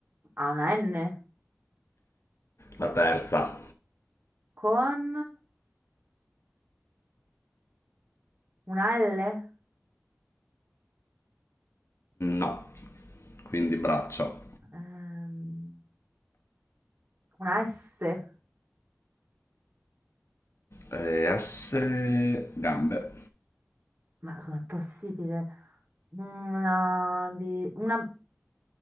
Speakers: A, on the right; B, on the left.
A: ha una N
B: La terza?
A: con una L,
B: No. Quindi braccio.
A: ehm, una S.
B: Eh, S, gambe.
A: Ma com'è possibile? Una, B- una